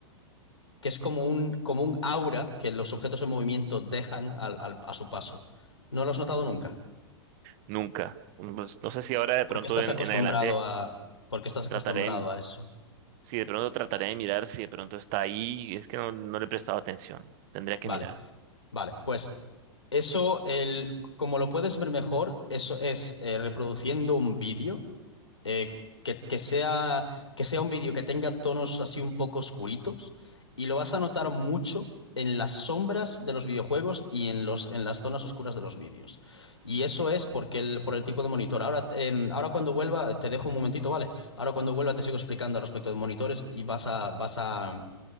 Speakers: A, on the left; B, on the right.
A: que es como un, como un aura que los objetos en movimiento dejan al- al- a su paso. ¿No lo has notado nunca?
B: Nunca. Mm, pues, no sé si ahora de pronto
A: Porque estás
B: en,
A: acostumbrado
B: en adelante
A: a, porque estás acostumbrado
B: trataré
A: a eso.
B: Si de pronto trataré de mirar, si de pronto está ahí, es que no, no le he prestado atención. Tendría que
A: Vale.
B: mirar.
A: Vale, pues eso, el, como lo puedes ver mejor, eso es eh, reproduciendo un vídeo eh, que, que sea, que sea un vídeo que tenga tonos así un poco oscuritos y lo vas a notar mucho en las sombras de los videojuegos y en los, en las zonas oscuras de los vídeos. Y eso es porque el, por el tipo de monitor. Ahora, em, ahora cuando vuelva, te dejo un momentito, ¿vale? Ahora cuando vuelva te sigo explicando al respecto de monitores y vas a, vas a,